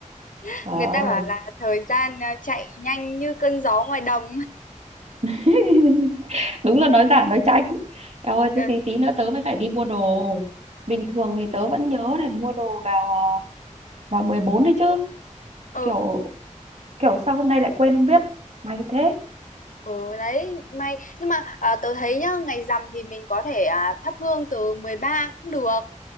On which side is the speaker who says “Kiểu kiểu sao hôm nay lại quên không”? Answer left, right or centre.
Right